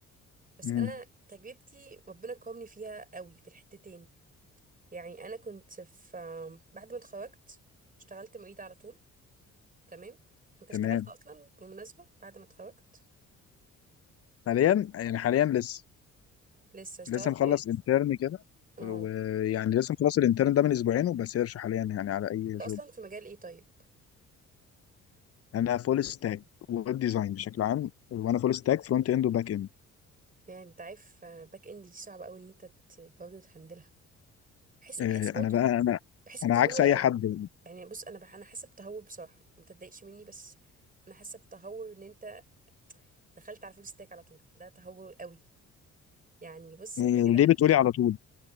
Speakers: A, on the right; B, on the left.
A: بس
B: امم
A: انا تجربتي ربنا كرمني فيها قوي في الحتتين يعني انا كنت في بعد ما اتخرجت اشتغلت معيدة على طول تمام انت اشتغلت
B: تمام
A: اصلا بالمناسبة بعد ما اتخرجت
B: حاليا يعني حاليا لسه
A: لسه اشتغلت
B: لسه مخلص انترن كده
A: اه
B: ويعني لسه مخلص الانترن ده من اسبوعين وبسيرش حاليا يعني على اي
A: انت
B: جوب
A: اصلا في مجال ايه طيب
B: انا فول ستاك ويب ديزاين بشكل عام وانا فول ستاك فرونت اند وباك اند
A: يعني انت عارف باك اند دي صعبة قوي ان انت ت- برضه تهندلها بحس
B: آه،
A: بحس برضه
B: انا بقى انا
A: بحس
B: انا
A: بتهور
B: عكس اي
A: قوي
B: حد
A: يعني بص انا بح... انا حاسه بتهور بصراحه ما تتضايقش مني بس انا حاسه بتهور ان انت دخلت على فول ستاك على طول ده تهور قوي يعني بص
B: آه،
A: انت كده
B: ليه بتقولي على طول